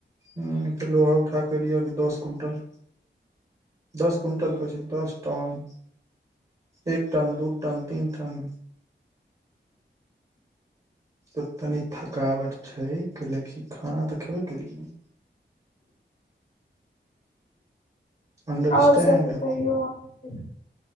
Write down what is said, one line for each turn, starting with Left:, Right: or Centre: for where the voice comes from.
Right: ह तऽ लोहा उठा कऽ एलियै या अभी दस क्विंटल दस क्विंटल कहै छी दस टन एक टन दू टन तीन टन तऽ तनी थकावट छै कैलकि खाना तऽ खेबे केलियै अंडरस्टैंड
Left: और सब बतैयौ अहांके